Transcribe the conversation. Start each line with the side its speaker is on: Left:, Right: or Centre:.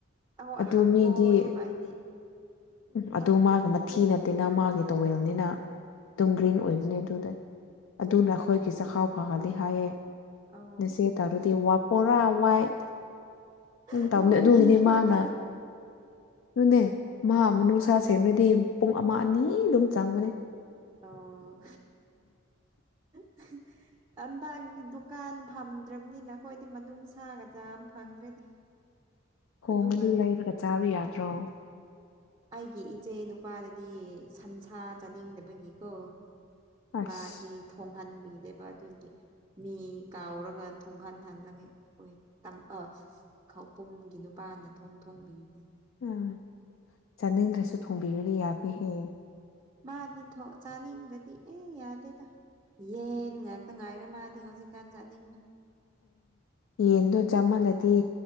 Right: ꯑꯧ
Left: ꯑꯗꯨ
Right: ꯍꯪꯒꯣꯏꯑꯦꯕ
Left: ꯃꯤꯗꯤ
Right: ꯑꯩꯗꯤ
Left: ꯑꯗꯨ ꯃꯥꯒ ꯃꯊꯤ ꯅꯠꯇꯦꯅ ꯃꯥꯒꯤ ꯇꯣꯋꯦꯜꯅꯤꯅ ꯑꯗꯨꯝ
Right: ꯑꯗꯨ
Left: ꯒ꯭ꯔꯤꯟ
Right: ꯑꯣꯏꯔꯁꯨ
Left: ꯑꯣꯏꯕꯅꯦ ꯑꯗꯨꯗ ꯑꯗꯨꯅ ꯑꯩꯈꯣꯏꯒꯤ ꯆꯈꯥꯎ ꯐꯍꯜꯂꯤ ꯍꯥꯏꯌꯦ
Right: ꯑꯣ
Left: ꯅꯆꯦ ꯇꯧꯔꯗꯤ ꯋꯥꯄꯣꯔꯥ ꯋꯥꯏꯠ <unintelligible>
Right: ꯑꯩꯈꯣꯏꯒꯤ
Left: ꯇꯧꯕꯅꯦ ꯑꯗꯨꯒꯤꯅꯦ
Right: ꯌꯨꯝꯁꯨ
Left: ꯃꯥꯅ ꯑꯗꯨꯅꯦ ꯃꯥ
Right: ꯎꯝ
Left: ꯃꯅꯨꯡꯁꯥꯁꯦ ꯁꯦꯝꯕ꯭ꯔꯗꯤ ꯄꯨꯡ ꯑꯃ ꯑꯅꯤ ꯑꯗꯨꯝ ꯆꯪꯕꯅꯦ
Right: ꯑꯣ <unintelligible> ꯍꯟꯗꯡꯗꯤ ꯗꯨꯀꯥꯟ ꯐꯝꯗ꯭ꯔꯕꯅꯤꯅ ꯑꯩꯈꯣꯏꯗꯤ ꯃꯅꯨꯡꯁꯥꯒ ꯆꯥ ꯐꯪꯗ꯭ꯔꯦꯗ
Left: ꯍꯣꯡꯉꯗꯤ
Right: ꯑꯗꯨꯒ
Left: ꯂꯩꯔꯒ ꯆꯥꯕ ꯌꯥꯗ꯭ꯔꯣ
Right: ꯑꯩꯒꯤ ꯏꯆꯦ ꯅꯨꯄꯥꯗꯗꯤ ꯁꯟꯁꯥ ꯆꯥꯅꯤꯡꯗꯕꯒꯤꯀꯣ
Left: ꯑꯁ
Right: ꯃꯥꯗꯤ ꯊꯣꯡꯍꯟꯕꯤꯗꯦꯕ ꯑꯗꯨꯒꯤ ꯃꯤ ꯀꯥꯎꯔꯒ ꯊꯣꯡꯍꯟꯍꯜꯂꯒꯦ ꯑꯩꯈꯣꯏ ꯇꯪꯑ ꯈꯥꯎꯄꯨꯝꯒꯤ ꯅꯨꯄꯥꯅ ꯊꯣꯡ ꯊꯣꯡꯕꯤꯕꯤ
Left: ꯎꯝ ꯆꯥꯅꯤꯡꯗ꯭ꯔꯁꯨ ꯊꯣꯡꯕꯤꯕꯗꯤ ꯌꯥꯕꯅꯦꯍꯦ
Right: ꯃꯥꯗꯤ ꯊꯣ ꯆꯥꯅꯤꯡꯗꯗꯤ ꯑꯦ ꯌꯥꯗꯦꯗ ꯌꯦꯟ ꯉꯥꯛꯇ ꯉꯥꯏꯔꯦ ꯃꯥꯗꯤ ꯍꯧꯖꯤꯛꯀꯥꯟ ꯆꯥꯅꯤꯡꯕ
Left: ꯌꯦꯟꯗꯣ ꯆꯥꯃꯜꯂꯗꯤ